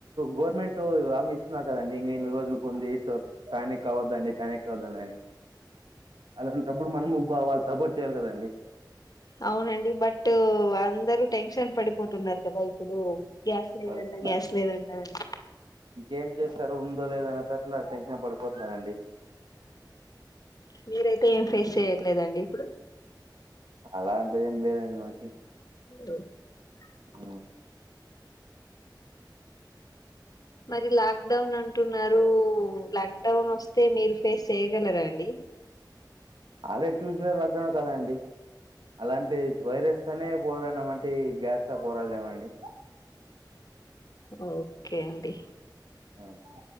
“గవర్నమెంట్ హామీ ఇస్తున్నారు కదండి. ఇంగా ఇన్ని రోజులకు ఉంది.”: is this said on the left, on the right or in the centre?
Right